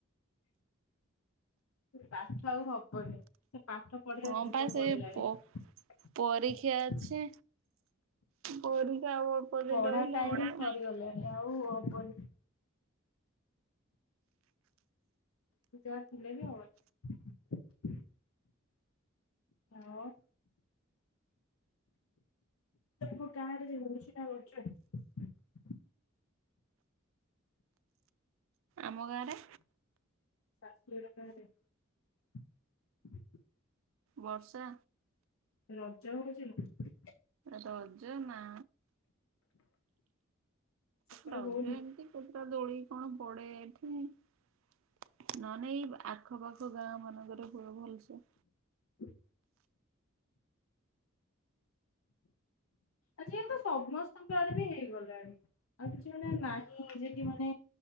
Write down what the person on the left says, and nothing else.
ପାଠ ଆଉ ହବନି। ପାଠ ପଢିବା
ଯୁଗ
ପଳେଇଲାଣି।
ପଢା
ଟାଇମ ସରିଗଲାଣି ଆଉ ହବନି। ତୁତ ଥିଲେ ବି ହବନ। ହଁ। ତମ ଗାଁ ଯେ <unintelligible>
<unintelligible> <inaudible>
ରଜ ହଉଛି ନା?
ସେପଟେ
ହଉନି
ହ <inaudible> ଆଜି ତ ସମସ୍ତଙ୍କ ଆଡେ ବି ହେଇଗଲାଣି। ଆଉ କିଛି ମାନେ ନାହିଁ ଯେ କି ମାନେ